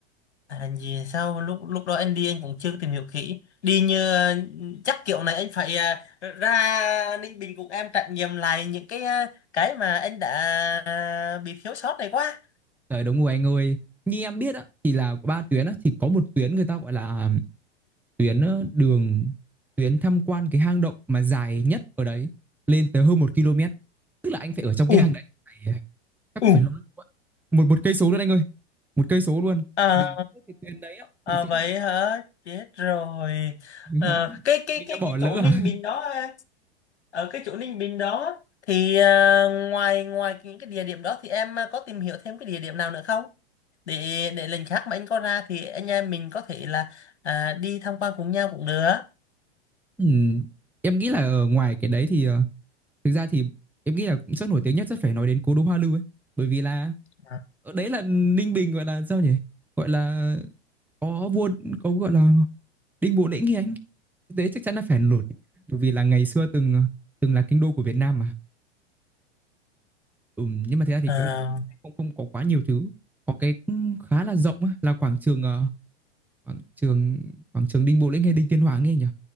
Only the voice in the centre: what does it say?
trời đúng rồi anh ơi như em biết á thì là có ba tuyến á thì có một tuyến người ta gọi là tuyến ờ, đường tuyến tham quan cái hang động mà dài nhất ở đấy lên tới hơn một km tức là anh phải ở trong cái
hang đấy phải- chắc
cũng phải lâu lâu một một cây số luôn anh ơi một cây số luôn
và cái tuyến đấy á,
thì sẽ
là
<laughs>
anh
đã bỏ
lỡ
à
Ừm, em nghĩ là ở ngoài cái đấy thì ờ, thực ra thì em nghĩ là cũng rất nổi tiếng nhất rất phải nói đến cố đô Hoa Lư ấy bởi vì là
ở đấy là Ninh Bình gọi là sao nhỉ gọi là có vua có gọi là Đinh Bộ Lĩnh thì anh thực chắc chắn là phải nổi bởi vì là ngày xưa từng từng là kinh đô của Việt Nam mà ừ, nhưng mà thực ra thì
cũng không không có quá nhiều thứ có cái cũng khá là rộng á, là quảng trường ờ, quảng trường quảng trường Đinh Bộ Lĩnh hay Đinh Tiên Hoàng ấy nhỉ